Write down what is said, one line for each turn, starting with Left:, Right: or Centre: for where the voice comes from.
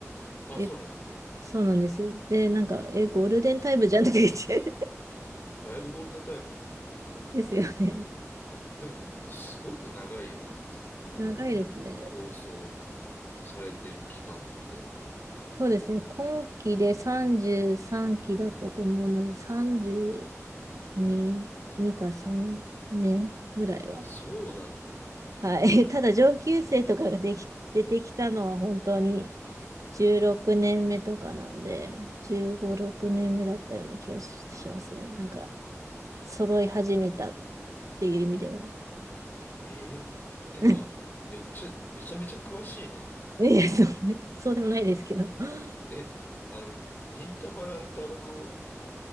Left: あ、
Right: え
Left: そうなんだね。
Right: そうなんですよ。で、なんか、え、ゴールデンタイムじゃんく言って
Left: だいぶゴールデンタイムだよね。
Right: <laughs> ですよね。
Left: でも、すごく長いよね。もう、
Right: 長いですね。
Left: 放送されてる期間って。
Right: そうですね。今期で33期だったと思うので、32、2か3年ぐらいは。
Left: そうなの。
Right: はい。<laughs> ただ、上級生とかができ、出てきたのは本当に16年目とかなんで、15、6年目だったような気がししますね。なんか、揃い始めたっていう意味では。
Left: えー、てか、
Right: <laughs>
Left: めっちゃ、めちゃめちゃ詳しいね。
Right: いや、そうね、<laughs> そうでもないですけど。<laughs>
Left: え、あの、忍たま乱太郎